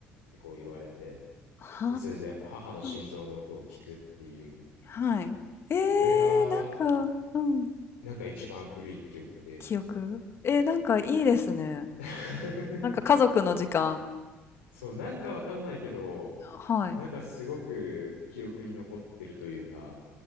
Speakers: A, on the left (about 75°); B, on the left (about 40°).
A: ってこう言われて、
B: は
A: で、それで母の心臓の音を聞くっていう、
B: あ。はい。え
A: これが
B: え、なんかうん、
A: なんか一番古い記憶で。
B: 記憶。えー、なんかいいですね。
A: <laughs>
B: なんか家族の時間
A: そう、なんかわかんないけど、
B: はい。
A: なんかすごく記憶に残ってるというか、